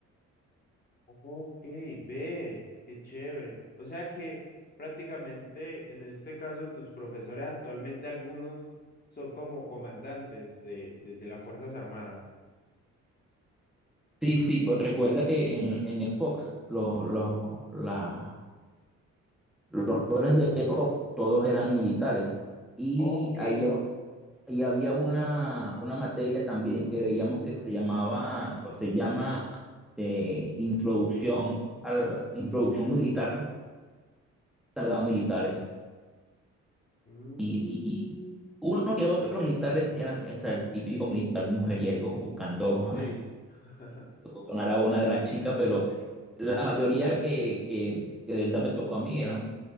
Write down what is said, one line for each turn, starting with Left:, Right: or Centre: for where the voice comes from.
Left: Ok, ve, qué chévere. O sea que prácticamente en este caso tus profesores actualmente algunos son como comandantes de, de, de las Fuerzas Armadas.
Centre: Sí, sí, pues recuerda que en, en el Fox, los, los, la- los actores de Fox, todos eran militares. Y
Left: Ok.
Centre: había, un- y había una, una materia también que veíamos que se llamaba, o se llama, de introducción al, introducción militar, tardaba militares.
Left: mm,
Centre: Y, y unos que otros militares eran, o sea, el típico militar mujeriego buscando
Left: sí. <laughs>
Centre: sonar a una de las chicas, pero la mayoría que, que, que de verdad me tocó a mí eran